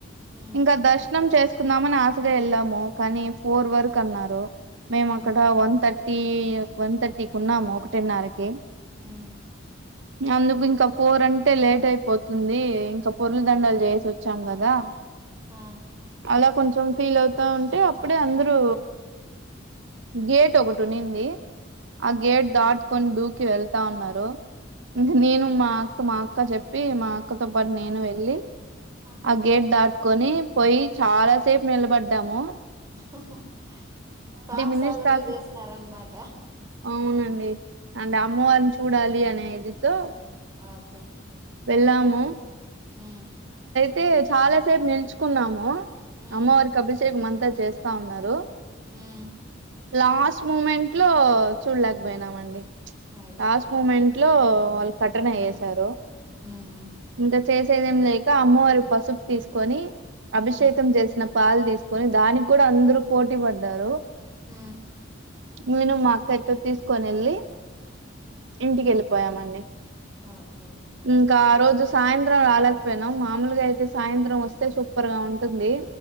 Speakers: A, on the right; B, on the right.
A: హ్మ్.
B: ఇంకా దస్ కట్నం చేసుకుందామని ఆశగా వెళ్ళాము కానీ ఫోర్ వరకు అన్నారు మేము
A: హ్మ్.
B: అక్కడ వన్ థర్టీ వన్ థ టీ కున్నామో తిర్ణాలకి
A: హ్మ్
B: అందుకు ఇంకా ఫోర్ అంటే లేట్ అయిపోతుంది ఇంకా పొర్లి దండాలు చేసి వచ్చాం కదా
A: ఆ
B: అలా కొంచెం ఫీల్ అవుతా ఉంటే అప్పుడే అందరూ గేట్ ఒకటి ఉనింది ఆ గేట్ దాటి కొన్ని దూకి వెళ్తా ఉన్నారు ఇంక నేను మా అక్క మా అక్క చెప్పి మా అక్కతో పాటు నేను వెళ్ళి
A: ఆహా!
B: ఆ గేట్ దాటుకొని పోయి చాలాసేపు నిలబడ్ ద్దాము
A: హా హా సాహసాలంతా
B: మినిట్స్ దాకా
A: చేసినారన్నమాట
B: అవునండి అంటే అమ్మవారిని చూడాలి అనే ఏదితో
A: ఓకే
B: వెళ్ళాము
A: మ్మ్
B: టే చాలా సేపు నిల్చుకున్నాము
A: హ్మ్.
B: అమ్మవారికి అభిషేకం అం త చేస్తా అన్నారు
A: మ్మ్
B: లాస్ట్ మూమెంట్ లో చూడలేకపోయినామండి
A: అయ్యో!
B: లాస్ట్ మూమెంట్ టైంలో వా కర్టన
A: హ్మ్.
B: ఏసారు
A: హ్మ్.
B: ఇంక చేసేదేం లేక అమ్మవారి పసుపు తీసుకొని అభిషేకం
A: హ్మ్.
B: చేసిన పాలు తీసుకొని దానిక్కూడా అందరూ పోటీ పడ్డారు
A: మ్
B: నేను మా తేట్టు తీసుకొనెళ్ళి ఇంటికెళ్ళిపోయానండి
A: ఓకే. ఓకే.
B: ఇంకా ఆ రోజు సాయంత్రం రాలేకపోయినాం మామూలుగా అయితే సాయంత్రం వస్తే సూపర్గా ఉంటుంది